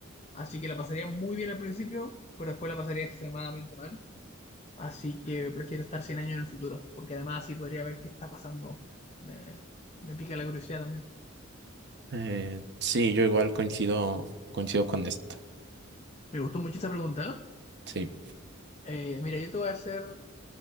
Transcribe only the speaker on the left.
Así que la pasaría muy bien al principio, pero después la pasaría extremadamente mal. Así que prefiero estar 100 años en el futuro, porque además así podría ver qué está pasando. Me, me pica la curiosidad también.
Me gustó mucho esa pregunta.
Eh, Eh, mira, yo te voy a hacer